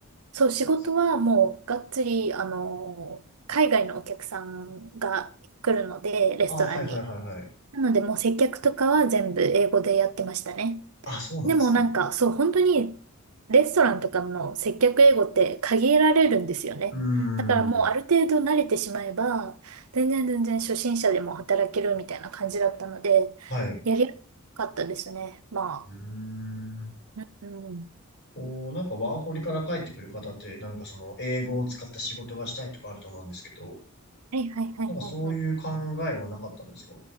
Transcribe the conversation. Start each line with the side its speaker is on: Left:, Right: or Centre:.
Right: そう、仕事はもうがっつり、
Left: そう、仕事が。
Right: あの、海外のお客さんが来るので、レストランに。
Left: あーはいはいはいはい。
Right: なので、もう接客とかは全部英語でやってましたね。
Left: あ、そうなんですね。
Right: でもなんか、そう、本当にレストランとかの接客英語って限られるんですよね。
Left: うー
Right: だからもうある程度慣れてしまえば、
Left: ん。
Right: 全然全然初心者でも働けるみたいな感じだったので、
Left: はい。
Right: やりやすかったですね。ま
Left: うーん。
Right: あ。うん。
Left: こう、なんかワーホリから帰ってくる方って、なんかその英語を使った仕事がしたいとかあると思うんですけど、
Right: はいはいはいはいはい。
Left: なんかそういう考えはなかったんですか